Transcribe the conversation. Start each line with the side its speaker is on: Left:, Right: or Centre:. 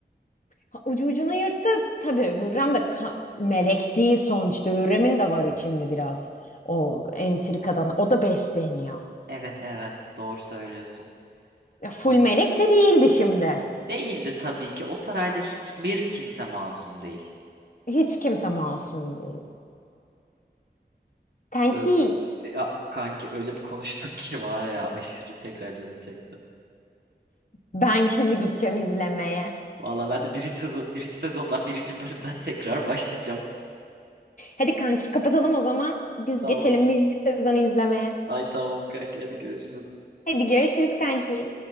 Left: Ha, Ucu ucuna yırttı. Tabii Hürrem de ka- melek değil sonuçta. Hürrem'in de
Right: Evet.
Left: var içinde biraz. O entrikadan. O da besleniyor.
Right: Evet evet doğru söylüyorsun.
Left: E, Full
Right: Ama
Left: melek de değildi şimdi.
Right: değildi tabii ki. O sarayda hiçbir kimse masum değil.
Left: Hiç kimse masum değil. Kanki
Right: Ö- ya kanki öyle bir konuştuk <laughs> ki var ya aşırı tekrar canım çekti.
Left: ben şimdi gideceğim izlemeye.
Right: Valla ben de birinci, sezon, birinci sezondan birinci bölümden <laughs> tekrar başlayacağım.
Left: Hadi kanki kapatalım o zaman. Biz
Right: Tamam.
Left: geçelim birinci sezonu izlemeye.
Right: Ay tamam kanka hadi görüşürüz.
Left: Hadi görüşürüz kanki.